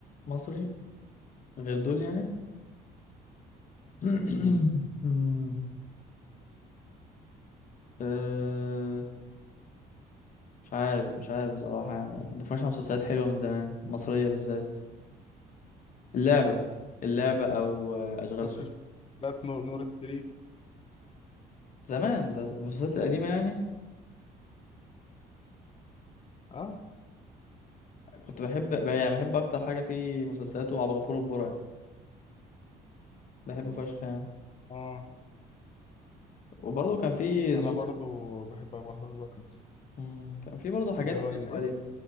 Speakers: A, on the left; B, on the left.
A: مصري غير دول يعني <clears throat>
B: امم
A: أه مش عارف مش عارف بصراحة يعني مبتفرجش على مسلسلات حلوة من زمان مصرية بالذات اللعبة اللعبة أو آه، أشغال
B: شفتش
A: شقة
B: مسلسلات نور, نور الشريف
A: زمان ده المسلسلات القديمة يعني
B: اه
A: كنت بحب يعني بحب أكتر حاجة في مسلسلات وعبد الغفور البرعي يعني بحبه فشخ يعني
B: اه
A: وبرضه كان في الزوجة
B: انا برضو بحب ابو الهول بقى بس
A: مم، كان في برضه حاجات
B: اللي هو
A: حلوة
B: الايه
A: ليه